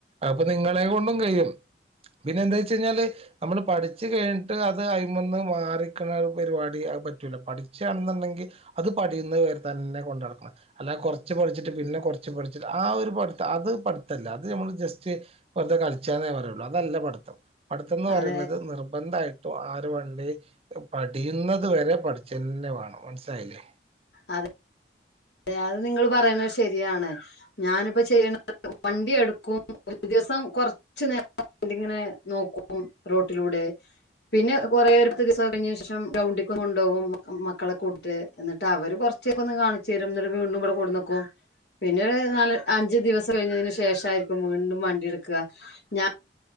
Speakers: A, on the right; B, on the left.
A: അപ്പ നിങ്ങളെ കൊണ്ടും കഴിയും പിന്നെ എന്താ വെച്ച് കഴിഞ്ഞാല്- അമ്മള് പഠിച്ച് കഴിഞ്ട്ട് അത് അയിമന്ന് മാറിക്ക്ണ ഒരു പരിവാടി അഅ്‌ പറ്റൂല പഠിച്ചയാണ്ന്ന്ണ്ടെങ്കി അത് പഠിയുന്നത് വരേ തന്നെ കൊണ്ട് നടക്കണം അല്ലാതെ കൊറച്ച് പഠിച്ചിട്ട് പിന്നെ കൊറ ച്ച് പഠിച്ചിട്ട് ആ ഒരു പഠിത്തം അത് പഠിത്തല്ല അത് ഞമ്മള് ജസ്റ്റ് വെറ്തെ കളിച്ചാന്നേ പറയുള്ളൂ അതല്ല പഠിത്തം പഠിത്തംന്ന്
B: അത്
A: പറയണത് നിർബന്ധായി ട്ടു ആ ഒരു വണ്ടി പഠിയുന്നത് വെരെ പഠിച്ചന്നെ വാണം മൻസ്സിലായിലെ?
B: അതെ തെ അഅ്‌ നിങ്ങള് പറയണഅ്‌ ശെരിയാണ്. ഞാനിപ്പ ചെയ്യ്ണ വണ്ടി എടുക്കും ഒരു ദിവസം കൊർച്ച് ന്നേ ണ്ടിങ്ങനെ നോക്കും റോട്ടിലൂടെ പിന്നെ കൊറേ <unintelligible> <unintelligible> ശേഷം ഗ്രൗണ്ടിക്ക്‌ കൊണ്ടോവും മ മക്കളെ കൂട്ട് എന്ന്ട്ടവര് കൊർച്ചോകൊന്ന് കാണിചെരും ന്ന്ട്ട് വീണ്ടും വടേ കൊട്ന്നക്കും. പിന്നൊര് ന്നാല് അഞ്ച് ദിവസം കഴിഞേന് ശേഷായ്ര്ക്കും വീണ്ടും വണ്ടിട്ക്കാ ഞാ